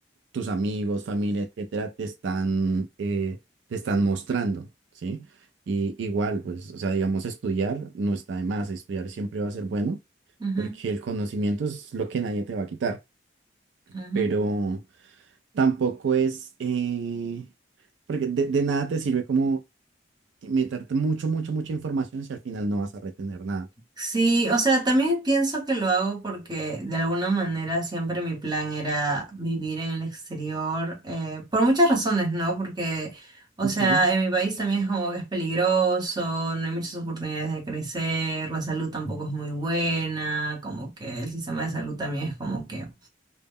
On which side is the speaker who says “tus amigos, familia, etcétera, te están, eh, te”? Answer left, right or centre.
Right